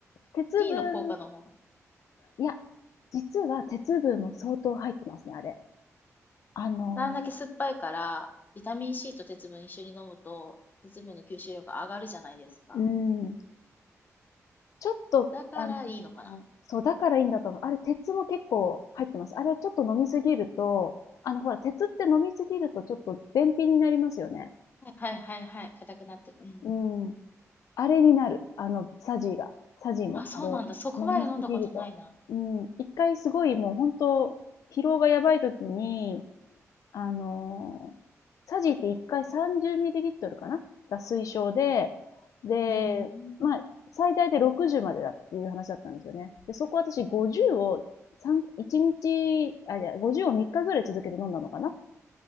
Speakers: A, on the left; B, on the left.
A: 鉄分、
B: C の効果の方が
A: いや、実は鉄分も相当入ってますね、あれ。あの
B: あんだけ酸っぱいから、ビタミン C と鉄分一緒に飲むと、鉄分の吸収量が上がるじゃないですか。
A: ー、うーん。ちょっと、
B: だからいいのかな。
A: あの、そう、だからいいんだと思う。あれ、鉄も結構入ってます。あれ、ちょっと飲みすぎると、あの、ほら、鉄って飲みすぎるとちょっと便秘になりますよね。
B: はいはいはいはい。硬くなってく。うん。
A: うん。あれになる。あの、サジーが。サジーも、
B: あ、そうなんだ。
A: あれを。
B: そこまで飲んだことないな。
A: 飲みすぎると。うん。一回すごいもう本当、疲労がやばい時に、あのー、サジって1回3 0トルかなが推奨で、で、
B: うーん。
A: まあ、最大で60までだっていう話だったんですよね。で、そこ私50を三1日、あ、いや、50を3日ぐらい続けて飲んだのかな